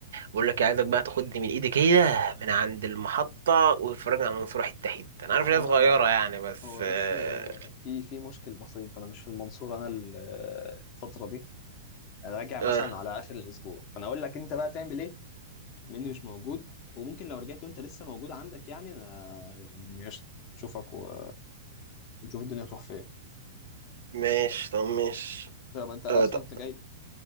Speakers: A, on the right (about 80°); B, on the left (about 40°).
A: بقول لك إيه، عايزك بقى تاخدني من ايدي كده من عند المحطه وتفرجني على المنصوره حته حته انا عارف
B: هو
A: ان هي صغيره يعني بس
B: هو
A: اه,
B: بس آه، في في مشكل بسيط انا مش في المنصورة انا ال- آه، الفترة دي انا راجع مثلا
A: آه
B: على اخر الاسبوع فانا اقول لك انت بقى تعمل ايه مني مش موجود وممكن لو رجعت وانت لسه موجود عندك يعني انا يعني قشطه نشوفك و- ونشوف الدنيا تروح فين
A: ماشي طب ماشي
B: طب انت اصلا
A: آه طب
B: انت جاي